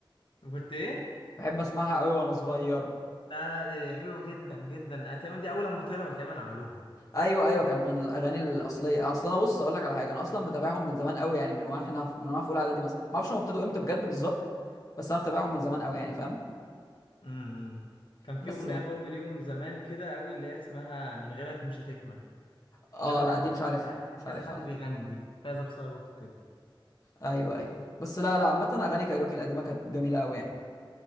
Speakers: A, on the left; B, on the left.
A: كنت ايه
B: بحب اسمعها قوي وانا صغير
A: لا لا دي حلوة جدا جدا آه، تقريبا دي اول لما طلعوا تقريبا عملوها
B: ايوه ايوه كانت من الاغاني الاصليه اصل انا بص اقول لك على حاجه انا اصلا متابعهم من زمان قوي يعني من واحنا في... من وانا في اولى اعدادي مثلا ما اعرفش هم ابتدوا امتى بجد بالظبط بس انا متابعهم من زمان قوي يعني فاهم
A: امم كان في
B: بس
A: اغنية
B: يعني
A: برضه ليهم زمان كده قوي اللي هي اسمها من غيرك مش هتكمل
B: اه
A: اللي هو
B: لا
A: كان
B: دي
A: فيه
B: مش عارفها
A: فيه
B: مش
A: كذا
B: عارفها
A: حد
B: لا
A: بيغني دي فايزة بثروت وكده
B: ايوه ايوه بس لا لا عامة اغاني كايروكي القديمة كانت جميلة قوي يعني